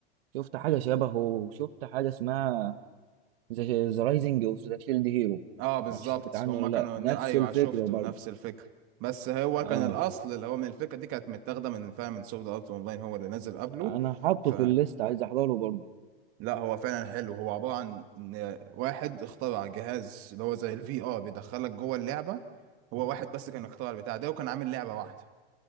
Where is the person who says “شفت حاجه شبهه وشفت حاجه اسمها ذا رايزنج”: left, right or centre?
Right